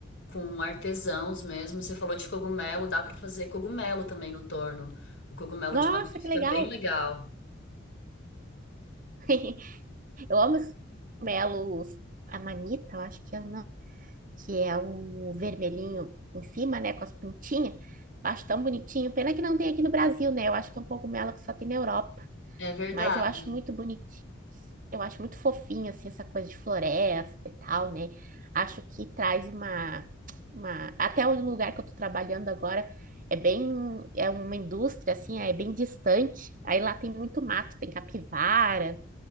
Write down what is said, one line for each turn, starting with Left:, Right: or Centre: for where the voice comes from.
Left: com artesãos mesmo. Você falou de cogumelo, dá para fazer cogumelo também no torno. O cogumelo
Right: Nossa,
Left: de madeira fica
Right: que legal!
Left: bem legal.
Right: <laughs> Eu amo esses cogumelos. A manita, eu acho que é o nome, que é o vermelhinho em cima, né? Com as pintinhas. Eu acho tão bonitinho. Pena que não tem aqui no Brasil, né? Eu acho que é um cogumelo que só tem na Europa.
Left: É verdade.
Right: Mas eu acho muito bonitinho. Eu acho muito fofinho, assim, essa coisa de floresta e tal, né? Acho que traz uma, uma... Até o lugar que eu tô trabalhando agora é bem... É uma indústria, assim, é bem distante. Aí lá tem muito mato, tem capivara,